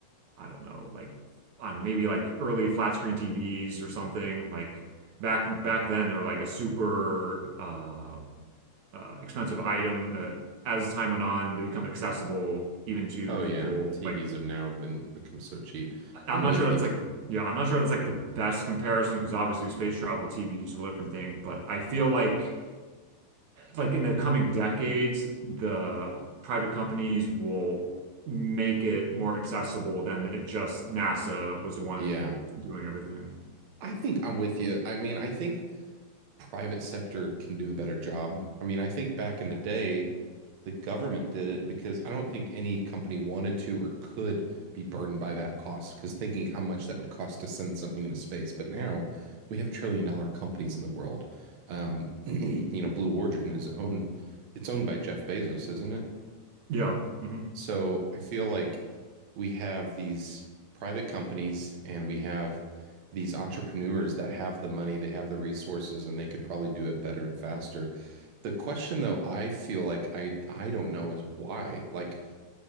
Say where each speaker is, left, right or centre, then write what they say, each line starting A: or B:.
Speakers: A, on the right; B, on the right.
A: I don't know, like I don't know, maybe like early flat screen TVs or something. Like back back then, they were like a super uh, uh, expensive item that as time went on, they become accessible even to
B: Oh
A: people
B: yeah. TVs
A: like
B: have now been become so cheap.
A: I'm
B: I'm
A: not
B: with
A: sure that's
B: you.
A: like yeah, I'm not sure that's like the best comparison because obviously space travel, TV is a whole different thing, but I feel like like in the coming decades, the private companies will make it more accessible than if just NASA was the one
B: Yeah.
A: doing everything.
B: I think I'm with you. I mean, I think private sector can do a better job. I mean, I think back in the day, the government did it because I don't think any company wanted to or could be burdened by that cost because thinking how much that would cost to send something into space. But now we have trillion dollar companies in the world. Um, <clears throat> you know, Blue Origin is owned, it's owned by Jeff Bezos, isn't it?
A: Yeah. hmm
B: So I feel like we have these private companies and we have these entrepreneurs that have the money, they have the resources, and they could probably do it better and faster. The question though, I feel like I I don't know is why. Like,